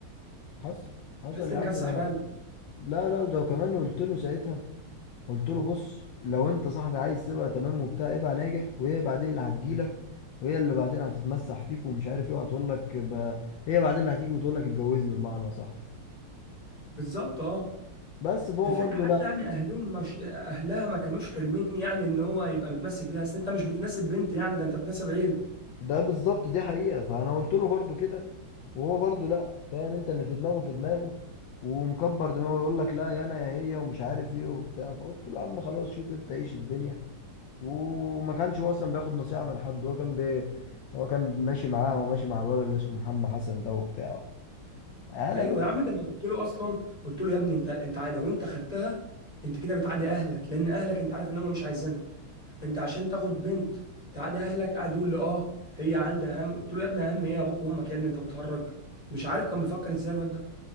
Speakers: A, on the left; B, on the left.
A: حصل حصل
B: تحس
A: يا
B: ان
A: عم
B: كانت سحرال
A: ده انا لا لا ده كمان قلت له ساعتها قلت له بص لو انت صاحبي عايز تبقى تمام وبتاع ابقى ناجح وهي بعدين اللي هتجيلك وهي اللي بعدين هتتمسح فيك ومش عارف ايه وهتقول لك ب... هي بعدين اللي هتيجي وتقول لك اتجوزني بمعنى صح
B: بالظبط اه
A: بس فهو
B: الفكره
A: برضو
B: حتى
A: لا
B: يعني اهلهم مش اهلها ما كانوش حلوين يعني ان هو يبقى متمسك بيها اصل انت مش بتناسب بنت يعني ده انت بتناسب عيله
A: ده بالظبط دي حقيقة فأنا قلت له برضو كده وهو برضو لأ فاهم أنت اللي في دماغه في دماغه ومكبر دماغه يقول لك لا يا أنا يا هي ومش عارف إيه وبتاع فقلت له يا عم خلاص شوف أنت عيش الدنيا وما كانش هو أصلا بياخد نصيحة من حد هو كان بي... هو كان ماشي معاه وماشي مع الولد اللي اسمه محمد حسن ده وبتاع أنا
B: ايوه
A: جاب
B: يا عم ده انا قلت له اصلا قلت له يا ابني انت انت عا- لو انت خدتها انت كده بتعادي اهلك لان اهلك انت عارف ان هم مش عايزينها انت عشان تاخد بنت تعاد اهلك قاعد يقول لي اه هي عندها هم قلت له يا ابني هم ايه ابوك وامك يا ابني انت بتهرج مش عارف كان بيفكر ازاي الواد ده